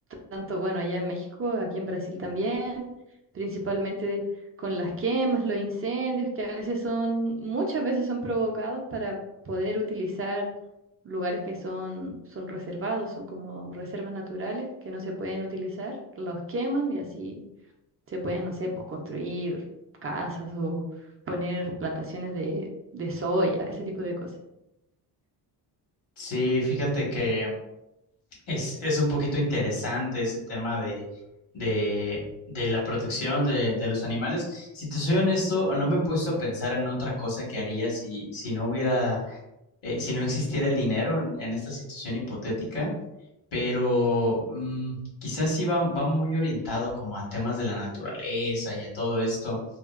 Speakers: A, on the right; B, on the left.
A: tanto, bueno, allá en México, aquí en Brasil también, principalmente con las quemas, los incendios, que a veces son, muchas veces son provocados para poder utilizar lugares que son, son reservados, son como reservas naturales que no se pueden utilizar, los queman y así se pueden, no sé, pues construir casas o poner plantaciones de, de soya, ese tipo de cosas.
B: Sí, fíjate que es, es un poquito interesante ese tema de, de, de la protección de, de los animales. Si te soy honesto, no me he puesto a pensar en otra cosa que haría si, si no hubiera eh, si no existiera el dinero en, en esta situación hipotética, pero mm, quizás sí va, va muy orientado como a temas de la naturaleza y a todo esto,